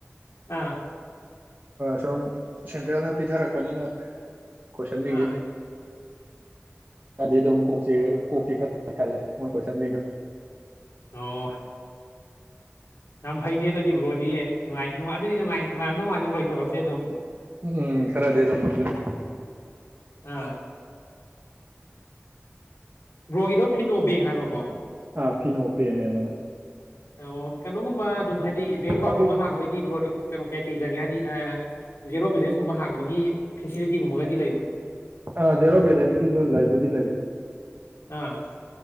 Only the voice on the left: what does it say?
ꯑꯥ
ꯑꯥ
ꯑꯣ ꯌꯥꯝ ꯐꯩꯅꯦ ꯑꯗꯨꯗꯤ ꯕ꯭ꯔꯣꯗꯤꯅꯨꯡꯉꯥꯏ ꯑꯗꯨꯗꯤꯉꯥꯏꯅꯨꯡꯥꯏ ꯅꯣꯡꯉꯥꯜꯂꯤꯕ꯭ꯔꯣ ꯊꯕꯛꯁꯦ ꯑꯗꯨꯝ
ꯑꯥ ꯕ꯭ꯔꯣꯒꯤꯗꯣ ꯐꯤꯅꯣ ꯕꯦꯡ ꯍꯥꯏꯕꯀꯣ
ꯑꯣ ꯀꯩꯅꯣꯒꯨꯝꯕ ꯑꯗꯨꯝ ꯍꯥꯏꯗꯤ ꯕꯦꯡ ꯑꯦꯀꯥꯎꯟꯒꯨꯝꯕ
ꯍꯥꯡꯕꯩꯗꯤꯕ꯭ꯔꯣꯗ ꯀꯩꯅꯣ ꯀꯌꯥ ꯀꯩ ꯆꯪꯉꯦ ꯍꯥꯏꯗꯤ ꯖꯦꯔꯣ ꯕꯦꯂꯦꯟꯁ ꯀꯨꯝꯕ ꯍꯥꯡꯕꯒꯤ ꯐꯦꯁꯤꯂꯤꯇꯤꯒꯨꯝꯕꯒꯗꯤ ꯂꯩꯕ꯭ꯔꯥ
ꯑꯥ